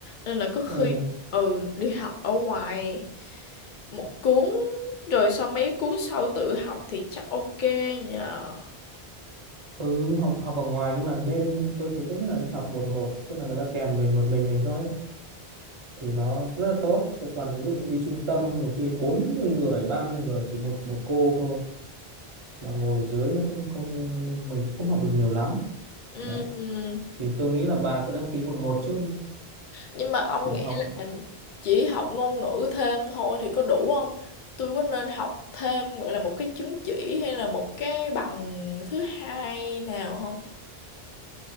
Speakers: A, on the left; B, on the right.
A: Nên là có khi
B: ừ.
A: ừ đi học ở ngoài một cuốn rồi sau mấy cuốn sau tự học thì chắc ok nhờ.
B: Ừ nhưng học học ở ngoài nhưng mà nên tôi thấy tốt nhất là nên học một một tức là người ta kèm mình một mình mình thôi ấy. thì nó rất là tốt Thế còn ví dụ đi trung tâm nhiều khi 40 người 30 người chỉ một một cô thôi mà ngồi dưới nó không không mình không học được nhiều lắm
A: Ừ,
B: đấy
A: ừ.
B: thì tôi nghĩ là bà cứ đăng ký một một trước đi
A: Nhưng mà ông
B: kiểu
A: nghĩ
B: học
A: là chỉ học ngôn ngữ thêm thôi thì có đủ không? Tôi có nên học thêm gọi là một cái chứng chỉ hay là một cái bằng thứ hai nào không?